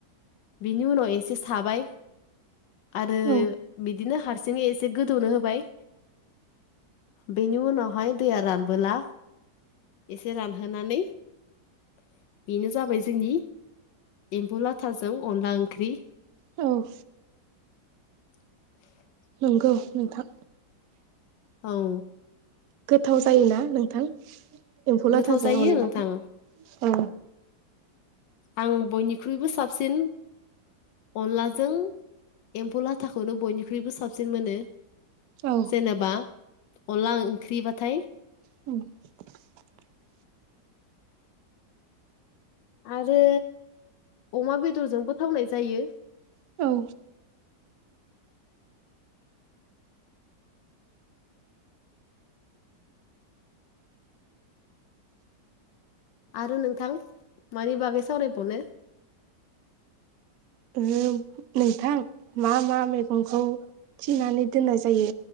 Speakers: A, on the left; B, on the right.
A: बिनि उनाव एसे साबाय आरो
B: औ
A: बिदिनो हारसिङै एसे गोदौनो होबाय बेनि उनावहाय दैया रानबोला एसे रानहोनानै <unintelligible> बाय जोंनि एम्बौ लाथाजों अनला ओंख्रि
B: औ
A: <inaudible>
B: नंगौ नोंथां
A: औ
B: गोथाव जायोना नोंथां एम्फौ लाथाजों
A: गोथाव जायो
B: अनलाजों
A: नोंथां
B: औ
A: आं बयनि ख्रुइबो साबसिन अनलाजों एम्फौ लाथाखौनो बयनिख्रुइबो साबसिन मोनो।
B: औ
A: जेनेबा अनला ओंख्रिबाथाय
B: <inaudible>
A: आरो अमा बेदरजोंबो थावनाय जायो
B: औ
A: आरो नोंथां मानि बागै सावरायबावनो
B: उम नोंथां मा मा मैगंखौ थिनानै दोननाय जायो